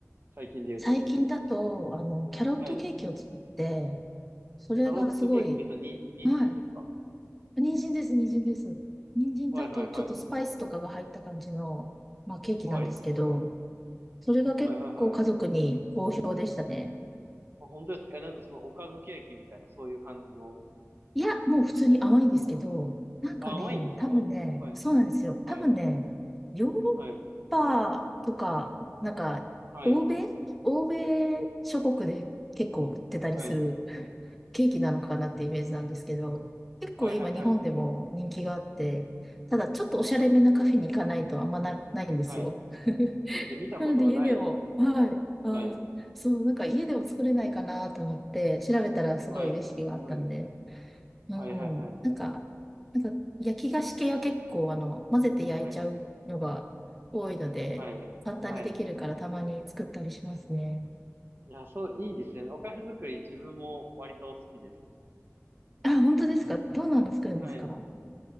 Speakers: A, on the right; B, in the centre.
A: 最近で言うと。
B: 最近だと、あの、キャロットケーキを作って、
A: はい
B: それがすごい、
A: タロットケーキって言うと、に、人参ですか
B: はい。人参です、人参です。人参とあと、
A: はいはいはい。
B: ちょっとスパイスとかが入った感じの、まあ、ケーキなんですけど、
A: はい。
B: それが結構家族に好評でしたね。
A: はいはいはい。あ、本当ですかえ、なんかそのおかずケーキみたいな、そういう感じの。
B: いや、もう普通に甘いんですけど、なんかね、
A: あ、甘いんですかはい。
B: 多分ね、そうなんですよ。
A: はい。
B: 多分ね、ヨーロッパとか、
A: はい。
B: なんか、
A: はい。
B: 欧米、欧米諸国で結構売ってたりする
A: はい。
B: ケーキなのかなってイメージなんですけど、結構今日本でも人気があって、
A: はいはいはい。
B: ただちょっとおしゃれめなカフェに行かないとあんまな、
A: そうなんですね
B: ないんですよ。
A: はい。
B: <laughs>
A: そうですね。見たことはないですね。
B: なので家でも、はい。
A: は
B: あー、
A: い。はい。
B: そう、なんか家でも作れないかなと思って調べたらすごいレシピがあったんで、
A: はい。はい。
B: うん。
A: はいはいはい。
B: なんか、なんか、焼き菓子系は結構、あの、混ぜて焼いちゃうのが多いので、
A: はい。はい。
B: 簡単にできるからたまに作ったりしますね。
A: はい。いや、そう、いいですね。お菓子作り自分も割と好きですね。
B: あ、本当ですかどんなの作るんですか
A: はい。